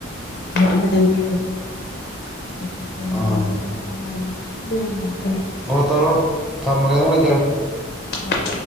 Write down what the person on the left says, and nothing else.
ꯅꯠꯇ꯭ꯔꯒ ꯑꯃ ꯈꯤꯇꯪ ꯄꯤꯔꯛꯑꯁꯨ ꯑꯗꯩ ꯁꯥꯄꯣꯟꯒꯨꯝꯕ
ꯄꯤꯔꯛꯑꯁꯨ ꯀꯩꯁꯨ ꯌꯥꯝ ꯂꯩ
ꯑꯥꯎ